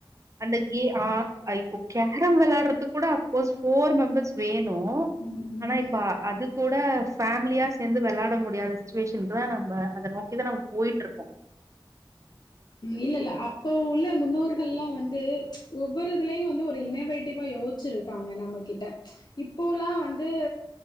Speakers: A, on the right; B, on the left.
A: அந்த கே ஆ அ இப்போ கேரம் விளையாடுறதுக்கு கூட அஃப்கோஸ் ஃபோர் மெம்பர்ஸ் வேணு
B: ம்
A: ஆனா இப்ப அது கூட ஃபேமிலியு சேர்ந்து விளாட முடியாத சுச்சுவேஷனுக்குதா நம்ம அத நோக்கி தா நம்ம போயிட்டு இருக் <inaudible>
B: இல்ல இல்ல அப்போ உள்ள முன்னோர்கள் எல்லா வந்து ஒவ்வொரு இதுலயு வந்து ஒரு இன்னவேட்டிவா யோசிச்சிருக்காங்க நம்ம கிட்ட இப்போல்லா வந்து